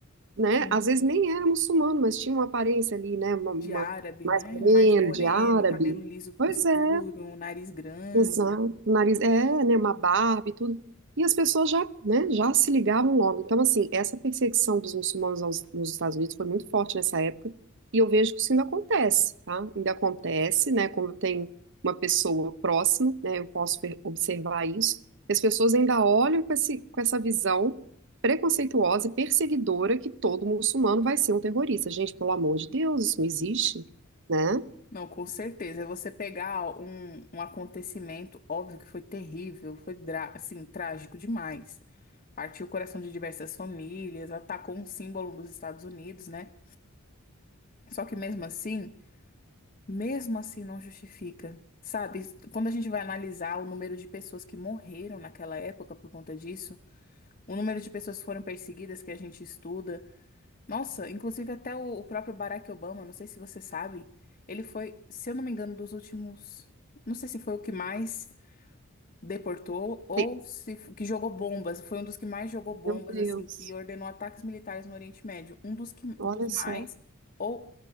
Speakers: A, on the right (about 60°); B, on the left (about 35°).
A: né,
B: Uhum.
A: às vezes nem era muçulmano, mas tinha uma aparência ali, né, uma, uma-
B: De árabe,
A: mais
B: né?
A: ou menos,
B: Mais moreno,
A: de árabe.
B: cabelo liso
A: Pois
B: escuro,
A: é,
B: nariz grande.
A: Exato,
B: né?
A: o nariz é, né, uma barba e tudo. E as pessoas já, né, já se ligavam logo. Então, assim, essa perseguição dos muçulmanos aos, nos Estados Unidos foi muito forte nessa época. E eu vejo que isso ainda acontece, tá? Ainda acontece, né? Quando tem uma pessoa próxima, né? Eu posso per- observar isso. E as pessoas ainda olham com esse, com essa visão preconceituosa e perseguidora que todo muçulmano vai ser um terrorista. Gente, pelo amor de Deus, isso não existe, né?
B: Não, com certeza. É Você pegar um, um acontecimento, óbvio que foi terrível, foi dra- assim, trágico demais. Partiu o coração de diversas famílias, atacou um símbolo dos Estados Unidos, né? Só que mesmo assim, mesmo assim não justifica. Sabe, quando a gente vai analisar o número de pessoas que morreram naquela época por conta disso, o número de pessoas que foram perseguidas que a gente estuda, nossa, inclusive até o, o próprio Barack Obama, não sei se você sabe, ele foi, se eu não me engano, dos últimos, não sei se foi o que mais deportou ou
A: Tem-
B: se f- que jogou bombas, foi um dos que mais jogou bombas,
A: Meu Deus,
B: assim, que ordenou ataques militares no Oriente Médio, um dos que,
A: olha
B: dos
A: só.
B: mais ou